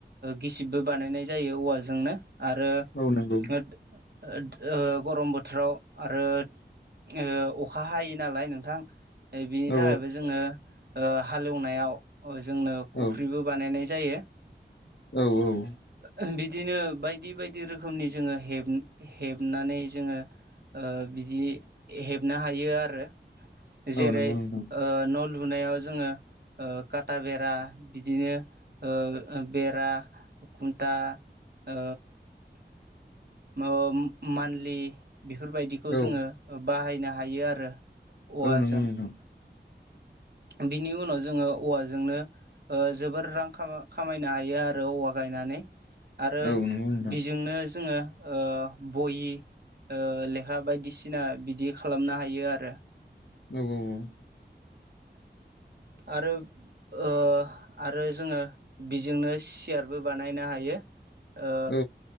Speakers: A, on the right; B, on the left.
A: गिसिबबो बानायनाय जायो औवाजोंनो आरो
B: औ नंगौ।
A: ओद-ओद ओ गरम बोथोराव आरो ओ अखा हायो नालाय नोंथां। बिनि
B: औ
A: थाखायबो जोङो ओ हाल एवनायाव जोंनो खफ्रिबो
B: औ
A: बानायनाय जायो।
B: औ-औ
A: ओ बिदिनो बायदि-बायदि रोखोमनि जोङो हेब हेबनानै जोङो ओ बिदि हेबनो हायो आरो
B: औ
A: जेरै
B: नंगौ
A: ओ
B: नोंथां
A: न' लुनायाव जोङो ओ काटा बेरा बिदिनो ओ बेरा कुन्टा ओ मा मान्लि बेफोरबायदिखौ
B: औ
A: जोङो बाहायनो हायो आरो। औवाजों
B: औ नंगौ नोंथां।
A: बिनि उनाव जोङो औवाजोंनो ओ जोबोर रां खा खामायनो हायो आरो औवा गायनानै। आरो
B: औ नंगौ नोंथां
A: बिजोंनो जोङो ओ बहि ओ लेखा बायदिसिना बिदि खालामनो हायो आरो।
B: औ-औ-औ।
A: आरो ओ आरो जोङो बिजोंनो सियारबो बानायनो हायो। ओ
B: औ